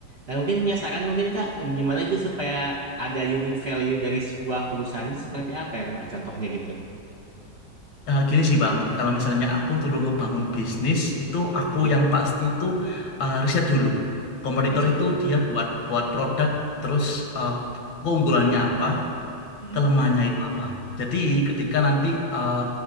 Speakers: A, on the right; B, on the left.
A: Nah, mungkin punya saran mungkin Kak, gimana itu supaya ada unique value dari sebuah perusahaan itu seperti apa ya Kak? Contohnya gitu.
B: Eh, gini sih Bang, kalau misalnya aku dulu ngebangun bisnis itu aku
A: Hmm,
B: yang pasti itu eh, riset dulu. Kompetitor
A: riset
B: itu
A: dulu.
B: dia buat buat produk terus eh, keunggulannya apa,
A: Hmm.
B: kelemahannya itu apa. Jadi ketika nanti eh,